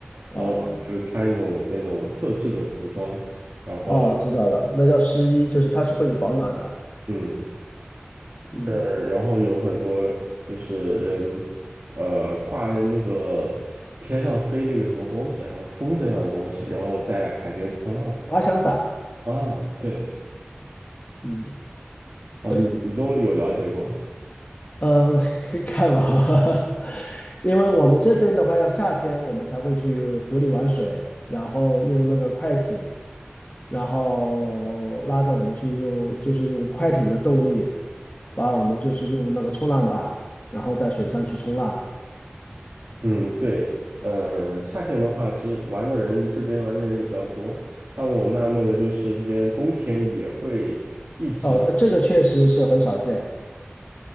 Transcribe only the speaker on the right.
然后他们会穿一种那种特制的服装，然后，
嗯，
呃然后有很多就是人，呃，挂在那个天上飞了一个什么东西，好像风筝一样的东西，然后在海边冲浪
啊，对，
哦，
你你都有了解过。
嗯，对，嗯，夏天的话，其实玩的人这边玩的人也比较多，但我纳闷的就是这边冬天也会一直会，